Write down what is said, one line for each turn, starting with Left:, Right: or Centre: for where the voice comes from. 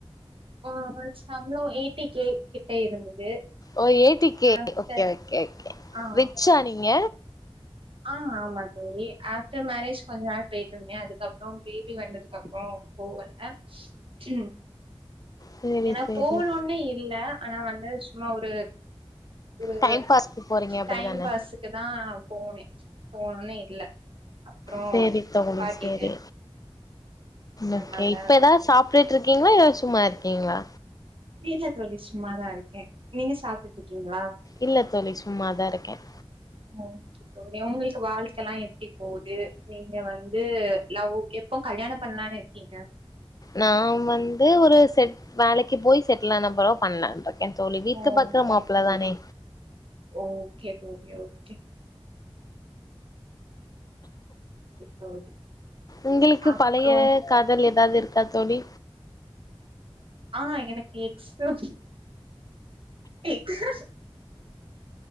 Right: ஆ <unintelligible> சம்பளம் எயிட்டி கே கிட்ட இருந்தது
Left: ஓ ஏய்ட்டி K
Right: after
Left: okay okay okay
Right: ஆ
Left: ரிச்சா நீங்க
Right: ஆ ஆமா தோழி ஆஃப்டர் மேரேஜ் கொஞ்ச நாள் போய்டு இருந்தேன் அதுக்கப்புறம் பேபி வந்ததுக்கு அப்புறம் போவல ம்
Left: சேரி
Right: ஏன்னா
Left: சேரி
Right: போகனுமன்னு இல்ல ஆனா வந்து சும்மா ஒரு ஒரு
Left: டைம் பாஸ்க்கு போறீங்க அப்டிதான
Right: டைம் பாஸு க்குதான் போனேன் போணுன்னு இல்ல அப்புறோ
Left: சேரி தோழி
Right: நிப்பாட்டிட்டே
Left: சேரி ஓகே
Right: அதனால
Left: இப்ப தான் சாப் டுட்டு இருக்கீங்ளா இல்ல சும்மா இருக்கீங்ளா
Right: வீட்ல தோழி சும்மாதான் இருக்கேன் நீங்க சாப்பிட்ருக்கீங்களா
Left: இல்ல தோழி சும்மா தான் இருக்கேன்
Right: ஓகே தோழி உங்களுக்கு வாழ்க்கல்லாம் எப்டி போகுது நீங்க வந்து லவ் எப்போ கல்யாண பண்ணலான்னு இருக்கீங்க
Left: நான் வந்து ஒரு செட் வேலைக்கு போய் செட்டில் ஆன பரவு பண்ணலா ன்னு ருக்கேன் தோழி வீட்டுல
Right: ஓகே
Left: பாக்கற மாப்பிள
Right: தோழி
Left: தானே
Right: ஓகே தோழி ஓகே <unintelligible>
Left: உங்களுக்கு
Right: அப்றோ
Left: பழைய காதல் ஏதாது இருக்கா தோழி
Right: ஆ எனக்கு எக்ஸ அப்டி எக்ஸ